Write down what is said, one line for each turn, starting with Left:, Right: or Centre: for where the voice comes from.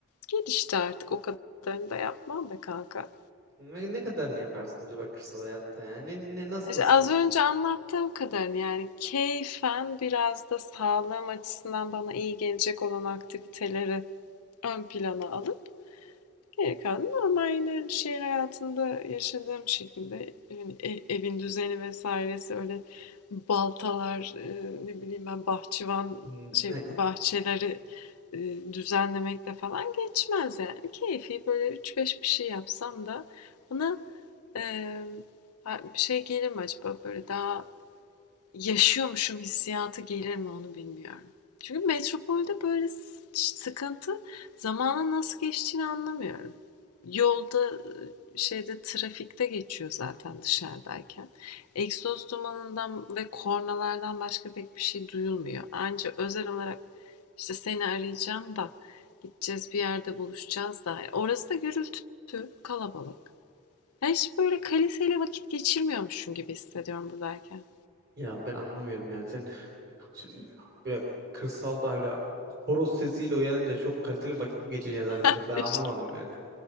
Left: gelişti artık. O kadarını da yapmam be kanka.
Right: Ne, ne kadarını yaparsın acaba kırsal hayatta yani? Ne, nasıl
Left: İşte
Right: ısınırsın?
Left: az önce anlattığım kadarını yani keyfen biraz da sağlığım açısından bana iyi gelecek olan aktiviteleri ön plana alıp Geri kalan normal yine hani şehir hayatında yaşadığım şekilde yani e- evin düzeni vesairesi öyle baltalar e, ne bileyim ben bahçıvan
Right: Hmm,
Left: şey
Right: e,
Left: bahçeleri e, düzenlemekle falan geçmez yani. Keyfi böyle üç beş bir şey yapsam da bana e, şey gelir mi acaba böyle daha Yaşıyormuşum hissiyatı gelir mi onu bilmiyorum. Çünkü metropolde böyle sıkıntı zamanın nasıl geçtiğini anlamıyorum. Yolda şeyde trafikte geçiyor zaten dışarıdayken. Egzoz dumanından ve kornalardan başka pek bir şey duyulmuyor. Ancak özel olarak işte seni arayacağım da gideceğiz bir yerde buluşacağız da. Orası da gürültü, kalabalık. Ya hiç böyle kaliteli vakit geçirmiyormuşum gibi hissediyorum buradayken.
Right: Ya ben anlamıyorum yani sen şimdi böyle kırsalda böyle horoz sesiyle uyanınca çok kaliteli vakit mi geçireceğini zannediyorsun?
Left: <laughs>
Right: Ben anlamadım yani.